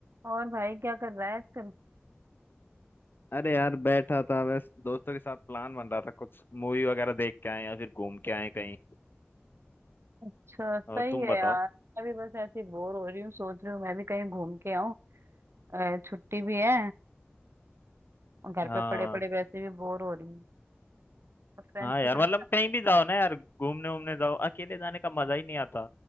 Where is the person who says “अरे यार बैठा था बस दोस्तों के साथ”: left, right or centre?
Left